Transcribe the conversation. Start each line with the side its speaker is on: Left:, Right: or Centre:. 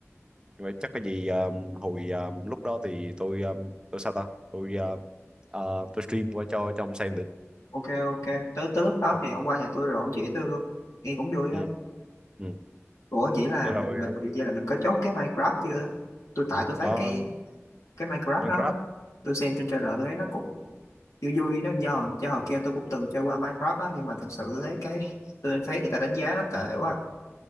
Right: nhưng mà chắc cái gì um, hồi um, lúc đó thì tôi um, tôi sao ta tôi um, ờ, tôi stream qua cho cho ông xem được
Left: ok ok tới tới lúc đó
Right: ừ
Left: thì ông qua nhà tôi rồi ông chỉ tôi luôn nghe cũng vui
Right: ừ
Left: á
Right: ừ.
Left: ủa vậy là
Right: thế rồi
Left: mình mình vậy là mình có chốt cái Minecraft chưa tôi tại tôi thấy
Right: um,
Left: cái cái Minecraft
Right: Minecraft
Left: đó tôi xem trên trailer tôi thấy nó cũng vui vui nó do do hồi kia tôi cũng từng chơi qua Minecraft á nhưng mà thật sự tôi thấy cái tôi thấy người ta đánh giá nó tệ quá